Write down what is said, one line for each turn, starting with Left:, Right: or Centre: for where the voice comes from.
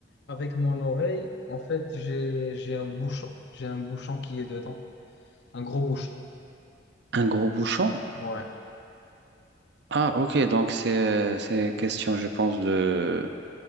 Left: avec mon oreille. En fait, j'ai j'ai un bouchon, j'ai un bouchon qui est dedans, un gros bouchon.
Right: un gros bouchon.
Left: Ouais.
Right: Ah, ok, donc c'est euh, c'est question, je pense, de